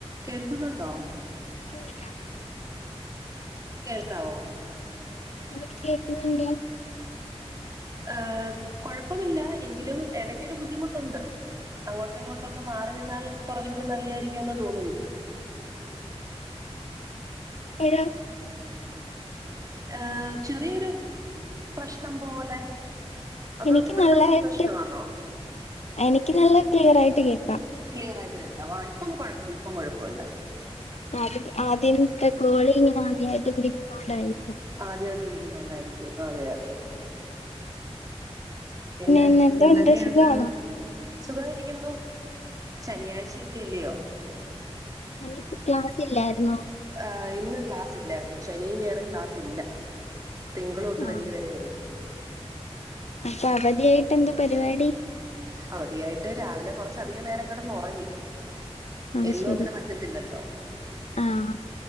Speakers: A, on the right; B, on the left.
A: കേൾക്കുന്നുണ്ടോ
B: കേൾക്കാം
A: കേൾക്കാവോ
B: ആ കേക്കുന്നുണ്ട്
A: ആ കൊഴപ്പമില്ല എങ്കിലും എടക്കൊരു ബുദ്ധിമുട്ടൊണ്ട് അങ്ങോട്ടും ഇങ്ങോട്ടും ഒന്ന് മാറി നിന്നാൽ കുറച്ചുകൂടി നല്ലയിരിക്കും ന്ന് തോന്നുന്നു
B: എപ്പഴോ
A: ഏയ് ചെറിയൊരു പ്രശ്നം പോലെ അതോ
B: എനിക്ക്
A: അത് ഇവിടുത്തെ
B: നല്ലതായിട്ട്
A: പ്രശ്നമാണോ
B: എനിക്ക് നല്ല ക്ലിയർ ആയിട്ട് കേക്കാം
A: ക്ലിയർ ആയിട്ട് കേക്ക വാ ഇപ്പ കുഴപ്പല്ല ഇപ്പം കുഴപ്പല്ല
B: ആദ്യ ആദ്യത്തെ കോളി ഇങ്ങനെ ആദ്യയിട്ട് പിടിക്കുന്ന കൊണ്ടായിരിക്കാം
A: ആദ്യമായിട്ട് വിളിക്കുന്നണ്ടായിരിക്കും അതെ അതെ പിന്നെ
B: ഇന്ന് എന്തോണ്ട്
A: എന്തൊക്കെയുണ്ട്
B: സുഖാണോ
A: സുഖയിരിക്കുന്നു ശനിയാഴ്ചൊക്കെ അല്ലയോ
B: അല്ലേ ഇപ്പം ക്ലാസ ഇല്ലായിരുന്നോ
A: ആഹ് ഇന്ന് ക്ലാസ് ഇല്ലായിരുന്നു ശനിയുംഞായറും ക്ലാസ് ഇല്ല തിങ്കളോട്ട്
B: ആഹ്
A: വെള്ളിവരേ ഉള്ളൂ
B: അപ്പൊ അവധിയായിട്ട് എന്തോ പരിപാടി
A: അവധിയായിട്ട് രാവിലെ കുറച്ച അധികം നേരം കിടന്ന് ഉറങ്ങി
B: അത്
A: എന്നും
B: ശരി
A: അങ്ങനെ പ റ്റത്തില്ലല്ലോ
B: ആഹ്